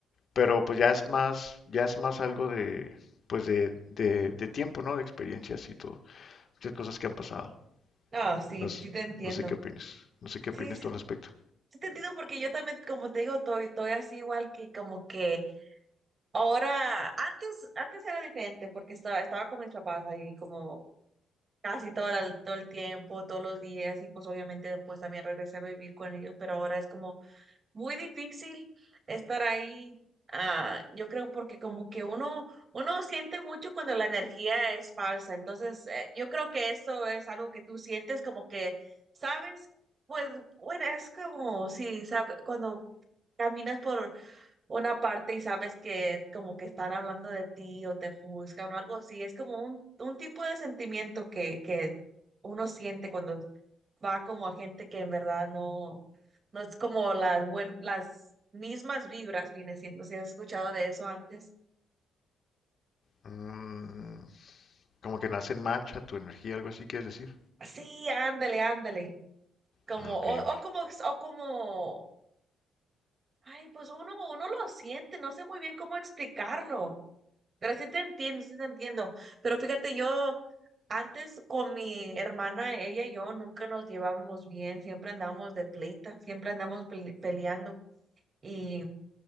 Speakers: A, on the left (about 55°); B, on the right (about 40°).
A: pero pues ya es más, ya es más algo de, pues de, de, de tiempo, ¿no? De experiencias y todo, muchas cosas que han pasado.
B: No, sí,
A: No, s-
B: sí te entiendo.
A: no sé qué opinas, no sé qué opinas
B: Sí, sí
A: tú al respecto.
B: Sí te entiendo porque yo también, como te digo, estoy, estoy así igual que como que ahora, antes, antes era diferente porque estaba, estaba con mis papás ahí como casi todo el, todo el tiempo, todos los días y pues obviamente después también regresé a vivir con ellos, pero ahora es como muy difícil estar ahí. ah, yo creo porque como que uno, uno siente mucho cuando la energía es falsa. Entonces, eh, yo creo que eso es algo que tú sientes como que, ¿sabes? Pues, bueno, es como si, sabe- Cuando caminas por una parte y sabes que como que están hablando de ti o te juzgan o algo así, es como un, un tipo de sentimiento que, que uno siente cuando va como a gente que en verdad no, no es como las, buen, las mismas vibras, viene siendo, si has escuchado de eso antes.
A: Mm, como que nace match a tu energía, algo así, ¿quieres decir?
B: Sí, ándale, ándale. Como,
A: Ah, ok,
B: o,
A: ok.
B: o como, o como, ay, pues uno, uno lo siente, no sé muy bien cómo explicarlo, pero sí te entiendo, sí te entiendo. Pero fíjate, yo antes con mi hermana, ella y yo nunca nos llevábamos bien, siempre andábamos de pleita, siempre andamos pele- peleando. Y